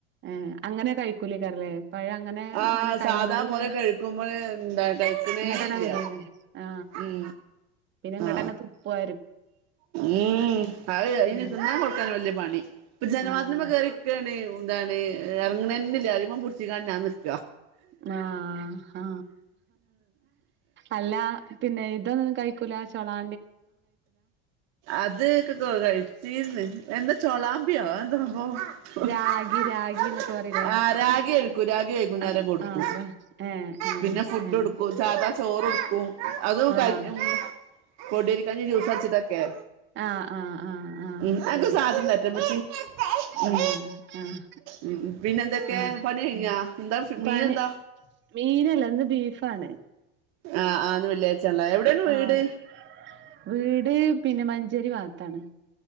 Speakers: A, on the right; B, on the right.
A: എ അങ്ങനെ കഴിക്കൂലേ കാരല്ലേ പഴ അങ്ങനെ
B: ആ
A: ഇങ്ങനെ കൈയോണ്ട്
B: സാധാ
A: ഇങ്ങ
B: പോലെ കഴിക്കുമ്പോൾ എന്താ കഴിക്കണേ
A: ഇങ്ങട്ടന്നെ
B: ഇല്ല
A: വരെ ആ
B: ഉം
A: പിന്നെ ഇങ്ങട്ടന്നെ
B: ആ
A: തുപ്പുവാ
B: ഉം അത് അയിനി
A: ഉം
B: തിന്നാ കൊട്ക്കാന് വല്യ പ പണി ഇപ്പൊ ജനവാദിൽമ്മെ
A: ആഹ്
B: കേറിക്കാണേ ഓ ന്താണ് എർങ്ങണന്നല്ല അയ്മ്മെ പുട്ച്ച് ചികാണ് ഞാൻ നിക്
A: ആ ആ അല്ല പിന്നെ ഇതൊന്നും കഴിക്കൂല ചൊളാ
B: അത് കൊക്കെ കഴിച്ചീര്ന്ന് എന്താ ചോളാമ്പിയോ <unintelligible>
A: രാഗി രാഗി എന്നൊക്കെ പറയിലേ
B: ആ രാഗി കഴിക്കും രാഗി വൈകുന്നേരം
A: ആഹ്
B: കൊടുക്കും
A: ആഹ് ഏഹ് ഏഹ്
B: പിന്നെ ഫുഡൊടുക്കും
A: ഏഹ്
B: സാധാ ചോറ്ടുക്കും അതും
A: ആഹ്
B: കഞ്ഞി പൊടിയേരിക്കഞ്ഞി ജ്യൂസട്ച്ച്ട്ടൊക്കെ ക്കെ
A: ആഹ് ആഹ് ആഹ്
B: ഉം
A: ആഹ്
B: ഉം
A: ആഹ് ആഹ് ആഹ്
B: ഉം ഉം പിന്നെന്തൊക്കെ
A: ആഹ്
B: പണി കഴിഞ്ഞോ എന്താ മീൻ
A: പണി
B: എന്താ
A: മീനല്ല ഇന്ന് ബീഫാണ്
B: ആ ആ ഇന്ന് വെള്ളിയാഴ്ചയാണല്ലേ എവിടെയാണ് വീട്
A: ആഹ് വീട് പിന്നെ മഞ്ചേരി ഭാഗത്താണ്.